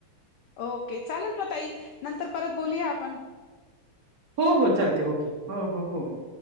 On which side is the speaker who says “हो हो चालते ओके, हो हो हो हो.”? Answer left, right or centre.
Right